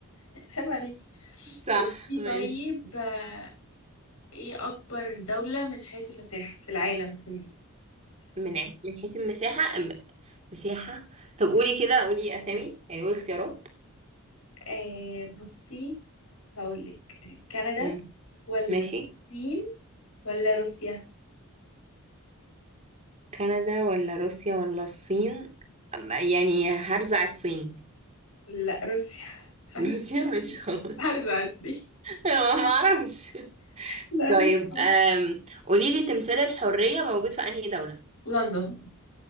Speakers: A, on the left; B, on the right.
A: عيب عليكي
B: صح
A: قولي
B: ماشي
A: طيب آه، ايه اكبر دولة من حيث المساحة في العالم كله
B: من عي- من حيث المساحة أم- مساحة طب قولي كده قولي أسامي يعني قول اختيارات
A: آه بصي هقولك كندا
B: مم.
A: ولا
B: ماشي
A: الصين ولا روسيا
B: كندا ولا روسيا ولا الصين أم- يعني هرزع الصين
A: لا روسيا <laughs>
B: <laughs>
A: هحس-
B: روسيا ماشي خلاص
A: هرزع
B: <laughs>
A: على الصين
B: ما ما اعرفش
A: لا
B: طيب
A: روسيا
B: أم... قولي لي تمثال الحرية موجود في أنهي دولة
A: لندن